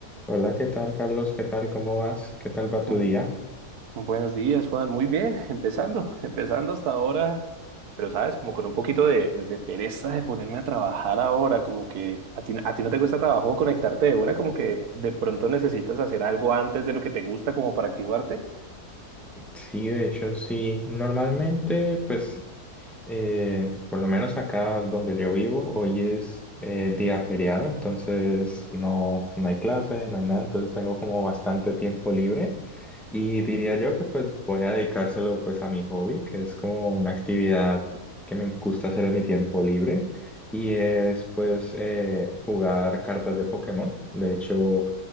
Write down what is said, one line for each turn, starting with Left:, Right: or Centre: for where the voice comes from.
Centre: Hola, ¿qué tal, Carlos? ¿Qué tal? ¿Cómo vas? ¿Qué tal va tu
Right: Bu-
Centre: día?
Right: Buenos días, Juan. Muy bien, empezando, <laughs> empezando hasta ahora, pero sabes, como con un poquito de, de pereza de ponerme a trabajar ahora, como que a ti, a ti no te cuesta trabajo conectarte de una, como que de pronto necesitas hacer algo antes de lo que te gusta como para activarte.
Centre: Sí, de hecho, sí. Normalmente, pues, eh, por lo menos acá donde yo vivo, hoy es eh, día feriado, entonces no, no hay clase, no hay nada, entonces tengo como bastante tiempo libre y diría yo que pues voy a dedicárselo pues a mi hobby, que es como una actividad que me gusta hacer en mi tiempo libre y es pues eh, jugar cartas de Pokémon. De hecho...